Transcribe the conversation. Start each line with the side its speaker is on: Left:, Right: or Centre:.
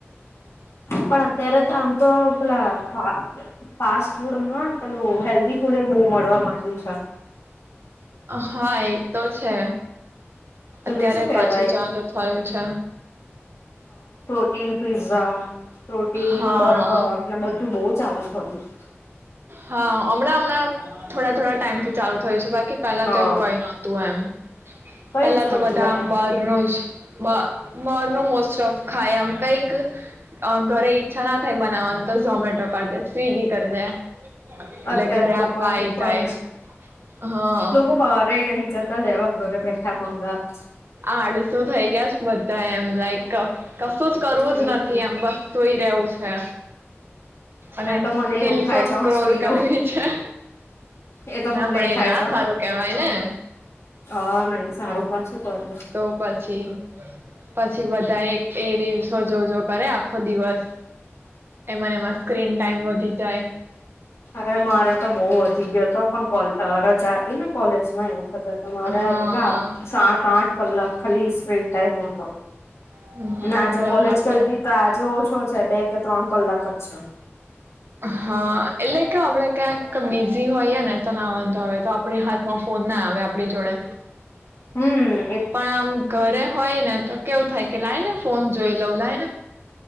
Left: હા પણ અત્યારે તો આમ તો પેલા ફા-ફાસ્ટ ફૂડમાં પેલું હેલ્થી ફૂડ બહુ મળવા આજ ની છે.
Right: હા એ તો છે.
Left: પેલું
Right: અત્યારે
Left: શું કેહેવાય
Right: પાછું ચાલુ થયું છે.
Left: ટીન પિઝ્ઝા. હા. પ્રોટીન
Right: હા
Left: બર્ગર ને બધું બહુ જ ચાલે છે. પડિયું છે.
Right: હા અમણાં અમણા થોડા-થોડા ટાઈમ થી ચાલુ થયું છું બાકી કે પહેલા
Left: હા
Right: તો એવું કઈ નતું એમ.
Left: કઈ
Right: પેલા
Left: જ
Right: તો
Left: નતું
Right: બધા
Left: એને
Right: આમ બહારનું બ બહારનું મોસ્ટ ઓફ ખાય એમ કઈક અ ઘરે ઈચ્છા ના થાય બનાવવાની તો ઝોમેટો કરી દે સ્વિગી કરી દે. એટલે
Left: અત્યારે
Right: ઘરે
Left: લોકો
Right: આપવા
Left: એવું
Right: આવી
Left: જ કરે
Right: જાય
Left: છે.
Right: હા
Left: લોકો બહાર નહી જતા લેવા ઘરે બેઠા મંગાવે
Right: આડસુ થઇ ગયા છે. બધા એમ લાઈક કશું જ કરવું
Left: છે.
Right: જ
Left: એટલે
Right: નથી એમ બસ સુઈ રહવું છે. અને
Left: એમ તો મને
Right: રીલ્સો
Left: એવું થાય છે
Right: સ્ક્રોલ
Left: હું સુઈ
Right: કરવી
Left: રહું
Right: છે
Left: એ તો
Right: ના
Left: મને
Right: પણ
Left: થાય
Right: એ ના
Left: છે હ
Right: સારું કેવાય ને.
Left: હા નહી સારું પણ શું. કરવું
Right: તો પછી. પછ પછી બધા એક એ રીલ્સો જો જો કરે આખો ખો દિવસ એમાં એમાં સ્ક્રીન ટાઈમ વધી જાય.
Left: અરે મારે તો બઉ વધી ગયો હતો પણ કોલ રજા ને કોલેજમાં એ મારા
Right: હા
Left: કેટલા સાત આઠ કલાક ખાલી સ્ક્રીન ટાઈમ હતો.
Right: હમ
Left: ને આજે
Right: બરાબર
Left: કોલેજ કરી તી તો આજે ઓછો છે બે તે ત્રણ કલાક જ છે
Right: હા એટલે કે આપડે ક્યાંક બીજ જે હોયએ ને તો ના વાંધો આવે તો આપણે હાથમાં ફોન ના આવે આપણી જોડે.
Left: હમ્મ.
Right: પણ આમ ઘરે હોય ને તો કેવું થાય કે લાઈ ને ફોન જોઈ લઉં લાઈન